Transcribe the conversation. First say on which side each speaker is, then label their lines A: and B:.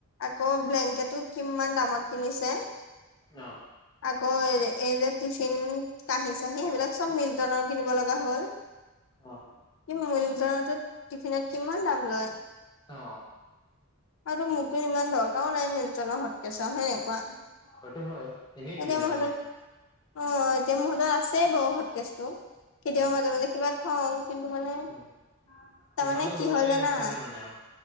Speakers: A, on the left; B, on the left.
A: আকৌ ব্লেংকেটো কিমান দামত কিনিছে।
B: অ',
A: আকৌ এই যে এই যে তি টিন, কাঁহি-চাঁহি সেইবিলাক চব মিল্টনৰ কিনিব লগা হ'ল।
B: অ',
A: কি মিল্টনৰটোত টিফিনত কিমান দাম লয়।
B: অ।
A: আৰুটো মোকটো ইমান দৰকাৰো নাই মিল্টনৰ হটকেচৰ। হয় নাই কোৱা।
B: সেটো হয়। এনেই কিনিলে
A: এতিয়া মোৰ
B: মানে
A: হাতত, অ এতিয়া হাতত আছেই বাও হটকেচটো। কেতিয়াবা
B: অ',
A: মাজে মাজে কিবা থওঁ কিন্তু মানে,
B: উম,
A: তাৰমানে
B: ইমানো
A: কি
B: দৰকাৰী
A: হ'ল জানা?
B: নাছিলে মানে আৰু